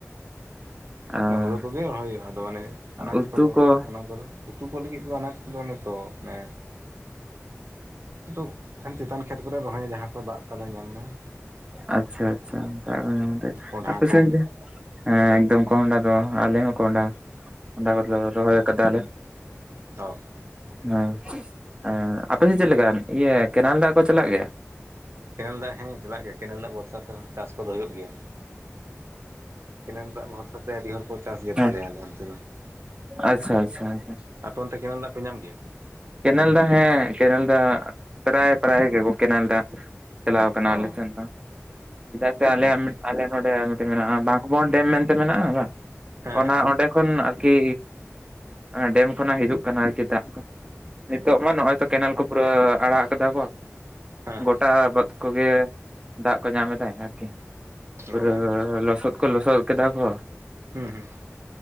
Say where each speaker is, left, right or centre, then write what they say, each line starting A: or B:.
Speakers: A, on the right; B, on the right.
A: ᱟᱨ
B: ᱚᱱᱮ ᱦᱳᱲᱳ ᱠᱚᱜᱮ ᱨᱚᱦᱚᱭ ᱦᱩᱭᱩᱜᱼᱟ ᱟᱫᱚ ᱚᱱᱮ ᱟᱱᱟᱡᱽ
A: ᱩᱛᱩ
B: ᱠᱚᱫᱚ
A: ᱠᱚ
B: ᱚᱱᱟ ᱠᱚᱫᱚ? ᱩᱛᱩ ᱠᱚ ᱞᱟᱹᱜᱤᱫ ᱦᱚᱸ ᱟᱱᱟᱡᱽ ᱠᱚᱫᱚ ᱚᱱᱮ ᱛᱚ ᱚᱱᱮ ᱱᱚᱛᱮ ᱫᱚ ᱪᱮᱛᱟᱱ ᱠᱷᱮᱛ ᱠᱚᱨᱮ ᱨᱚᱦᱚᱭᱟ ᱡᱟᱦᱟᱸ ᱠᱚ ᱫᱟᱜ ᱛᱟᱞᱮ ᱧᱟᱢ ᱫᱟᱭ ᱾
A: ᱟᱪᱪᱷᱟ ᱟᱪᱪᱷᱟ <unintelligible>
B: ᱠᱚᱸᱰᱷᱟ
A: ᱟᱯᱮ
B: ᱠᱚ
A: ᱥᱮᱫ ᱦᱮᱸ ᱮᱠᱫᱚᱢ ᱠᱚᱦᱱᱰᱟ ᱫᱚ ᱟᱞᱮ ᱦᱚᱸ ᱠᱚᱦᱱᱰᱟ ᱠᱚᱦᱱᱰᱟ ᱠᱚᱨᱮ ᱞᱮ ᱨᱚᱦᱚᱭ ᱠᱟᱫᱟ ᱟᱞᱮ ᱾
B: ᱛᱚ
A: ᱦᱮᱸ ᱮᱸᱻ ᱟᱯᱮ ᱥᱮᱫ ᱪᱮᱫ ᱞᱮᱠᱟ ᱤᱭᱟᱹ ᱠᱮᱱᱮᱞ ᱫᱟᱜ ᱠᱚ ᱪᱟᱞᱟᱜ ᱜᱮᱭᱟ?
B: ᱠᱮᱱᱮᱞ ᱫᱟᱜ ᱦᱮᱸ ᱪᱟᱞᱟᱜ ᱜᱮᱭᱟ ᱠᱮᱱᱮᱞ ᱫᱟᱜ ᱵᱷᱚᱨᱥᱟ ᱛᱮᱦᱚᱸ ᱪᱟᱥ ᱠᱚᱫᱚ ᱦᱩᱭᱩᱜ ᱜᱮᱭᱟ ᱾ ᱠᱮᱱᱮᱞ ᱫᱟᱜ ᱵᱷᱚᱨᱥᱟ ᱛᱮ ᱟᱹᱰᱤ ᱦᱚᱲ ᱠᱚ ᱪᱟᱥ ᱜᱮ
A: ᱦᱮᱸ
B: ᱛᱟᱞᱮᱭᱟ ᱟᱞᱮ ᱚᱱᱛᱮ ᱫᱚ
A: ᱟᱪᱪᱷᱟ
B: ᱾
A: ᱟᱪᱪᱷᱟ ᱟᱪᱪᱷᱟ
B: ᱟᱯᱮ ᱚᱱᱛᱮ ᱠᱮᱱᱮᱞ ᱫᱟᱜ ᱯᱮ ᱧᱟᱢ ᱜᱮᱭᱟ?
A: ᱠᱮᱱᱮᱞ ᱫᱟᱜ ᱦᱮᱸ ᱠᱮᱱᱮᱞ ᱫᱟᱜ ᱯᱮᱨᱟᱭ ᱯᱮᱨᱟᱭ ᱜᱮ ᱠᱚ ᱠᱮᱱᱮᱞ ᱫᱟᱜ ᱪᱟᱞᱟᱣ ᱟᱠᱟᱱᱟ
B: ᱚ
A: ᱟᱞᱮ ᱥᱮᱱ ᱦᱚ ᱪᱮᱫᱟᱜ ᱥᱮ ᱟᱞᱮᱭᱟᱜ
B: ᱟᱪᱪᱷᱟ
A: ᱢᱤᱫ
B: ᱟᱪᱪᱷᱟ
A: ᱟᱞᱮ ᱱᱚᱰᱮ ᱢᱮᱱᱟᱜᱼᱟ ᱵᱟᱠᱵᱚᱨ ᱰᱮᱢ ᱢᱮᱱᱛᱮ ᱢᱮᱱᱟᱜᱼᱟ ᱵᱟᱝ
B: ᱦᱮᱸ
A: ᱚᱱᱟ
B: ᱦᱮᱸ
A: ᱚᱸᱰᱮ ᱠᱷᱚᱱ ᱠᱤ ᱚᱱᱟ ᱰᱮᱢ ᱠᱷᱚᱱᱟᱜ ᱦᱤᱡᱩᱜ ᱠᱟᱱᱟ ᱟᱨᱠᱤ ᱫᱟᱜ ᱠᱚ ᱾ ᱱᱤᱛᱚᱜ ᱢᱟ ᱱᱚᱜᱼᱚᱭ ᱛᱚ ᱠᱮᱱᱮᱞ ᱠᱚ ᱯᱩᱨᱟᱹ ᱟᱲᱟᱜ ᱟᱠᱟᱫᱟ ᱠᱚ
B: ᱦᱮᱸ
A: ᱜᱚᱴᱟ
B: ᱦᱮᱸ
A: ᱵᱟᱹᱛ ᱠᱚᱜᱮ ᱫᱟᱜ ᱠᱚ ᱧᱟᱢ ᱮᱫᱟᱭ ᱟᱨᱠᱤ ᱯᱩᱨᱟᱹ
B: ᱚ
A: ᱞᱚᱥᱚᱫ ᱠᱚ ᱞᱚᱥᱚᱫ ᱠᱮᱫᱟ ᱠᱚ ᱾
B: ᱦᱩᱸ ᱦᱩᱸ ᱾